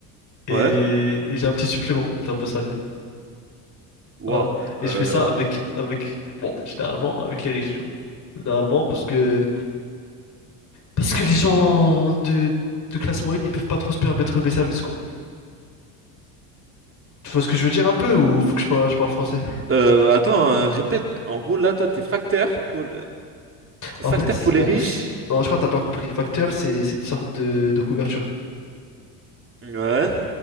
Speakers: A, on the left; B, on the right.
A: Et,
B: Ouais.
A: et j'ai un petit supplément en termes de salaire.
B: Waouh.
A: Voilà. Et
B: Euh,
A: je fais ça avec, avec, bon, généralement, avec les riches, tu vois. Généralement, parce que Parce que les gens de, de classe moyenne, ils peuvent pas trop se permettre mes services, quoi. Tu vois ce que je veux dire un peu ou faut que je, par- je parle français?
B: euh, attends, euh, répète. En gros là, toi t'es facteur pour Facteur
A: En fait, c'est-
B: pour les
A: bon,
B: riches?
A: c'est- non, je crois que t'as pas compris. Facteur, c'est c'est une sorte de, de couverture.
B: Ouais.